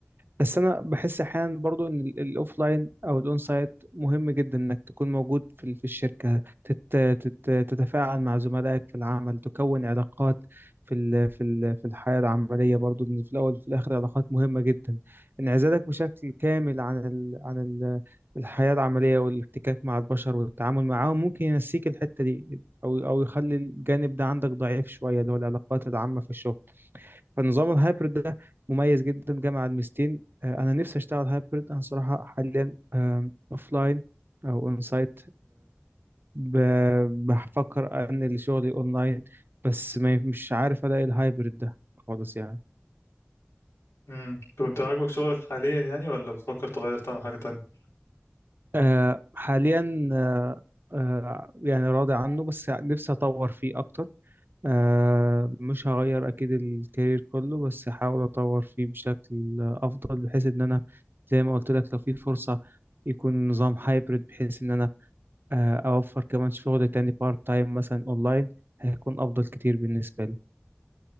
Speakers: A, on the right; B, on the left.
A: بس انا بحس احيانا برضو ان الاوف لاين او الاون سايت مهم جدا انك تكون موجود في ال- في الشركه تت تت تتفاعل مع زملائك في العمل تكون علاقات في ال في ال في الحياه العمليه برضو ان في الاول وفي الاخر علاقات مهمه جدا انعزالك بشكل كامل عن ال عن ال الحياه العمليه والاحتكاك مع البشر والتعامل معاهم ممكن ينسيك الحته دي او او يخلي الجانب ده عندك ضعيف شويه اللي هو العلاقات العامه في الشغل فنظام الهايبرد ده مميز جدا جامع الميزتين آه، انا نفسي اشتغل هايبرد انا صراحه حاليا اوف لاين او اون سايت بفكر انقل شغلي اونلاين بس ما مش عارف الاقي الهايبرد ده خالص يعني
B: امم طب أنت عاجبك شغلك حاليا يعني ولا بتفكر تغير تعمل حاجة تانية؟
A: آه، حاليا آه، آه، يعني راضي عنه بس نفسي اطور فيه اكتر آه مش هغير أكيد الكارير كله بس هحاول أطور فيه بشكل أفضل بحيث إن أنا زي ما قلت لك لو في فرصة يكون نظام هايبرد بحيث إن أنا آه أوفر كمان شغل تاني بارت تايم مثلا أونلاين هيكون أفضل كتير بالنسبة لي